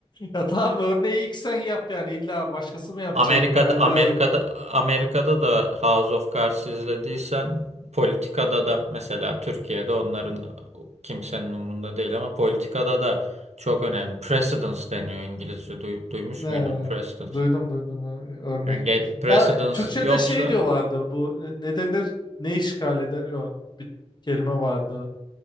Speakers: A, on the left (about 40°); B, on the right (about 85°).
A: Ya tamam örneği ilk sen yap yani illa başkası mı yapacak
B: Amerika'da
A: yani
B: Amerika'da
A: biraz
B: Amerika'da da House of Cards izlediysen politikada da mesela Türkiye'de onların kimsenin umurunda değil ama politikada da çok önemli. Precedence deniyor İngilizce. Duy- duymuş
A: e,
B: muydun? Precedence.
A: duydum duydum e, örnek.
B: Önge- precedence
A: Ya Türkçe'de
B: yoksa
A: şey diyorlardı bu e, ne denir ne işgal eder yok bir kelime vardı